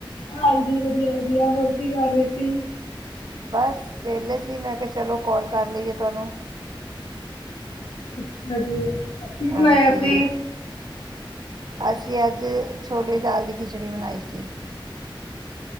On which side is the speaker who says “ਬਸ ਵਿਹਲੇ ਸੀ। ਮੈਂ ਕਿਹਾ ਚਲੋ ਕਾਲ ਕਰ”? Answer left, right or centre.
Right